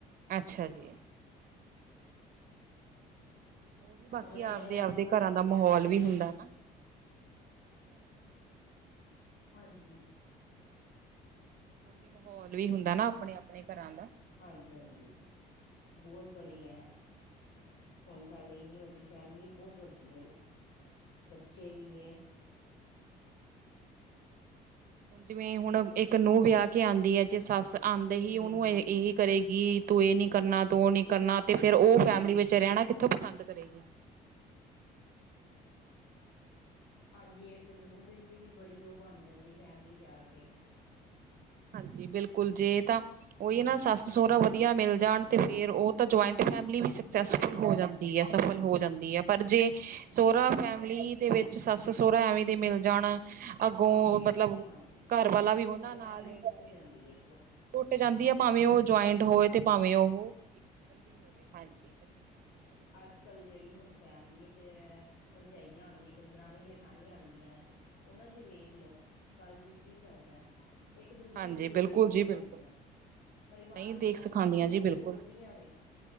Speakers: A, on the right; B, on the left.
A: ਅੱਛਾ ਜੀ। ਉਹੀ ਬਾਕੀ
B: ਮਤਲਬ ਜਿੜੇ
A: ਆਪਦੇ-ਆਪਦੇ
B: ਅੱਜ ਕੱਲ ਹੁਣ
A: ਘਰਾਂ ਦਾ
B: ਫੈਮਲੀਆ
A: ਮਾਹੌਲ ਵੀ ਹੁੰਦਾ ਨਾ। ਹਾਂਜੀ-ਹਾਂਜੀ
B: ਹਾਂਜੀ।
A: ਬਾਕੀ ਮਾਹੌਲ ਵੀ ਹੁੰਦਾ ਨਾ ਆਪਣੇ-ਆਪਣੇ ਘਰਾਂ ਦਾ
B: ਹਾਂਜੀ-ਹਾਂਜੀ।
A: ਹਾਂਜੀ-ਹਾਂਜੀ।
B: ਬਹੁਤ ਬੜੀ ਏ। ਹੁਣ ਸਾਡੀ ਇੰਨੀ ਵੱਡੀ ਫੈਮਿਲੀ ਬਹੁਤ ਵੱਡੀ ਏ। ਬੱਚੇ ਵੀ ਏ।
A: ਹੁਣ ਜਿਵੇਂ ਹੁਣ ਇੱਕ ਨੂੰਹ ਵਿਆਹ ਕੇ ਆਦੀ ਹੈ ਜੇ ਸੱਸ ਆਦੇ
B: ਹੂੰ
A: ਹੀ
B: ਹੂੰ
A: ਉਹਨੂੰ
B: ਹੂੰ
A: ਇਹ
B: ਹੂੰ
A: ਕਰੇਗੀ ਤੂੰ ਇਹ ਨੀ ਕਰਨਾ ਤੂੰ ਉਹ ਨੀ ਕਰਨਾ ਤੇ ਫੇਰ ਉਹ ਫੈਮਿਲੀ
B: ਹੂੰ
A: ਵਿੱਚ ਰਹਿਣਾ ਕਿੱਥੋਂ ਪਸੰਦ ਕਰੇਗੀ।
B: ਹਾਂਜੀ, ਇੱਕ ਨੂੰਹ ਦੇ ਲਈ ਵੀ ਬੜੀ ਉਹ ਬਣ ਜਾਂਦੀ ਫੈਮਲੀ ਚ ਆ ਕੇ।
A: ਹਾਂਜੀ, ਬਿਲਕੁਲ ਜੇ ਤਾਂ ਉਹੀ
B: ਹੂੰ
A: ਨਾ ਸੱਸ ਸਹੁਰਾ ਵਧੀਆ ਮਿਲ ਜਾਣ। ਅਤੇ ਫਿਰ ਉਹ ਤਾਂ ਜੁਆਇੰਟ ਫੈਮਿਲੀ
B: ਹੂੰ
A: ਵੀ ਸਕਸੈਸਫੁੱਲ
B: ਹੂੰ ਹੂੰ
A: ਹੋ ਜਾਂਦੀ ਏ, ਸਫਲ ਹੋ ਜਾਂਦੀ ਐ। ਪਰ ਜੇ ਸਹੁਰਾ
B: ਹਾਂਜੀ
A: ਫੈਮਲੀ
B: ਹਾਂਜੀ
A: ਦੇ ਵਿੱਚ ਸੱਸ ਸਹੁਰਾ ਐਵੇਂ ਦੇ ਮਿਲ ਜਾਣ ਅੱਗੋਂ
B: ਤੇ
A: ਮਤਲਬ
B: ਉਹ ਹਾਂਜੀ।
A: ਘਰ ਵਾਲਾ ਵੀ ਉਹਨਾਂ
B: ਫਿਰ ਫੈਮਿਲੀ
A: ਨਾਲ ਹੋਵੇ
B: ਟੁੱਟ ਜਾਂਦੀ ਐ।
A: ਟੁੱਟ ਜਾਂਦੀ ਆ ਭਾਵੇਂ ਉਹ ਜੁਆਇੰਟ
B: ਹਾਂਜੀ
A: ਹੋਵੇ ਤੇ ਭਾਵੇਂ ਉਹੀ ਹੋਵੇ ਹਾਂਜੀ, ਫੈਮਿਲੀ ਹੋਵੇ
B: ਅੱਜ-ਕੱਲ
A: ਛੋਟੀ ਹੋਵੇ
B: ਜਿਹੜੀ ਹੁਣ ਫੈਮਲੀ, ਭਰਜਾਈਆਂ ਆਦੀਆ ਦਰਾਣੀ ਜਠਾਣੀ ਆਦੀਆਂ ਉਹਨਾਂ ਚ ਵੇਖ ਲੋ ਜੋ ਕੀ ਚੱਲ ਰਿਹਾ ਇੱਕ ਦੂਜੇ
A: ਹਾਂਜੀ
B: ਨੂੰ ਦੇਖ
A: ਬਿਲਕੁਲ
B: ਕੇ ਨਹੀ ਸਕਦੀਆਂ।
A: ਜੀ ਬਿਲਕੁਲ
B: ਪਰਿਵਾਰ
A: ਨਹੀਂ
B: ਨੂੰ ਜੋੜਨ
A: ਦੇਖ ਸਿਖਾਉਂਦੀਆਂ
B: ਦੀ ਜਗ੍ਹਾ
A: ਜੀ ਬਿਲਕੁਲ
B: ਤੋੜਦੀਆਂ ਨੇ